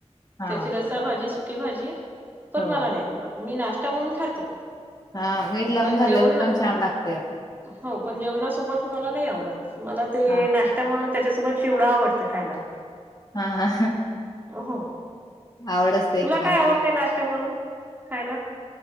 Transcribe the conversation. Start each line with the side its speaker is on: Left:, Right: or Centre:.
Left: हा
Right: त्याची रसाभजी सुके भाजी पण
Left: हो
Right: मला नाही आवडत मी नाश्ता म्हणून खाते.
Left: हा मीठ लावून
Right: पण
Left: खाल्लं
Right: जेवण
Left: तर पण छान लागतय.
Right: हो पण जेवणासोबत मला नाही आवडत मला ते
Left: हा
Right: नाश्ता म्हणून त्याच्यासोबत चिवडा आवडते खायला.
Left: हा हा
Right: हो
Left: आवड असते एकेकांची
Right: तुला काय आवडतंय नाश्ता म्हणून खायला.